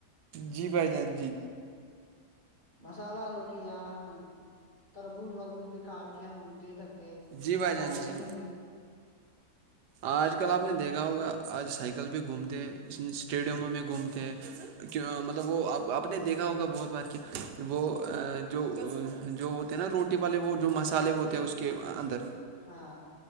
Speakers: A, on the right; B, on the left.
A: جی بھائی جان جی
B: مسالہ روٹی یا ہم تربوز ربوز بھی کاٹ کے ہم دے سکتے
A: جی بھائی
B: یا
A: جان
B: آئس
A: جی
B: کریم بھی
A: آج کل آپ نے دیکھا ہوگا آج سائیکل پہ گھوم تھے اس اسٹیڈیموں میں گھومتےے مطلب وہ آپ نے دیکھا ہوگا بہت بار کہ وہ جو جو تھے نا روٹی والے وہ جو مسالے وہ تھے اس کے اندر
B: ہاں